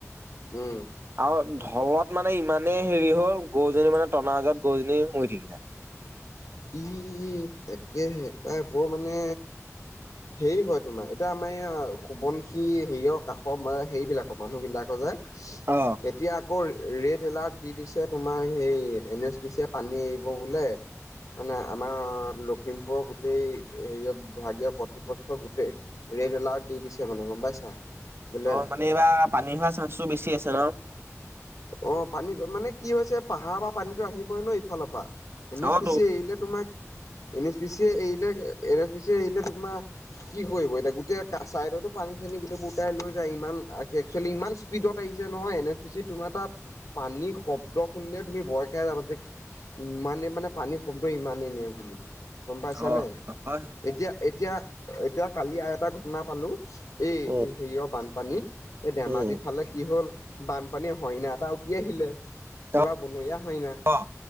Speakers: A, on the left; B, on the right.
A: উম।
B: আৰু ঢলত মানে ইমানে হেৰি হ'ল গৰুজনী মানে টনাজত গৰুজনী মৰি থাকিলে
A: ই তাকে সেই প্ৰাইবোৰ মানে হেৰি হয় তোমাৰ এতিয়া আমাৰ এই সোবনশি হেৰিয়ৰ কাষৰ সেইৰিবিলাকৰ মানুহবিলাকৰ যোয়
B: অ
A: এতিয়া আকৌ ৰেড এলাৰ্ট দি দিছে তোমাৰ সেই এন এছ পি চিয়ে পানী এৰিব বোলে মানে আমাৰ লখিমপুৰৰ গোটেই হেৰিয়াত বিভাগীয় কৰ্তৃপক্ষ গোটেই ৰেড এলাৰ্ট দি দিছে মানে গম পাইছা বোলে
B: অ মানে এইবাৰ পানী হোৱা চান্সটো বেছি আছে ৰ
A: অ পানী মানে কি হৈছে পাহাৰৰ পৰা পানীতো আহিবই ন ইফালৰ পৰা এন এছ
B: অ
A: পি
B: তো
A: চি এৰিলে তোমাৰ এন এছ পি চি এৰিলে এন এছ পি চি এৰিলে তোমাৰ কি কৰিব এতিয়া গোটেই চাইডতো পানী চানী গোটেই বোৰটাই লৈ যায় ইমান একচুৱেলি ইমান স্পিডত আহিছে নহয় এন এছ পি চি তোমাৰ তাত পানী শব্দ শুনিলে তুমি ভয় খাই যাবা যে ইমানে মানে পানী শব্দ ইমানেই নেওঁ বুলি। গম পাইছ
B: অ
A: নে
B: হয়।
A: এতিয়া এতিয়া এতিয়া কালি আৰু এটা ঘটনা পালো। এই
B: উম
A: হেৰিয় বানপানী এই ধেমাজিৰ
B: উম
A: ফালে কি হ'ল। বানপানী হৰিনা এটা উতি আহিলে কিবা
B: অ
A: বনৰীয়া হৰিনা।
B: অ